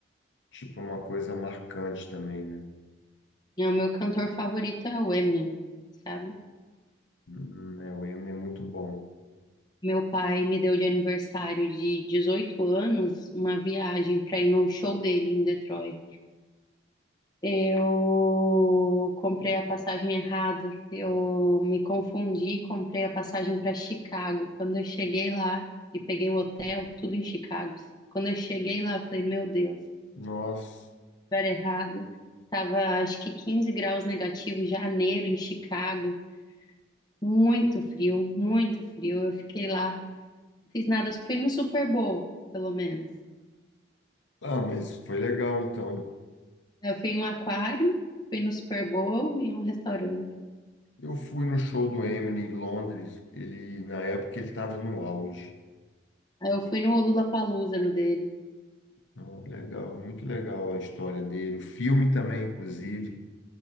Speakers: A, on the left; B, on the left.
A: tipo uma coisa marcante também, né?
B: é o meu cantor favorito é o Eminem, sabe?
A: Hum, é, o Eminem é muito bom.
B: Meu pai me deu de aniversário de 18 anos uma viagem para ir no show dele em Detroit. Eu comprei a passagem errado, eu me confundi, e comprei a passagem para Chicago. Quando eu cheguei lá e peguei o hotel, tudo em Chicago. Quando eu cheguei lá, eu falei, meu Deus,
A: Nossa,
B: lugar errado. Tava acho que 15 graus negativos, janeiro em Chicago, muito frio, muito frio. Eu fiquei lá. Fiz nada, fui no Super Bowl, pelo menos.
A: ah, mas foi legal então.
B: Eu fui em um aquário, fui no Super Bowl e um restaurante.
A: Eu fui no show do Eminem em Londres, ele na época ele estava no auge.
B: Aí eu fui no Lollapalooza, no dele.
A: Ah, Legal, muito legal a história dele, o filme também, inclusive.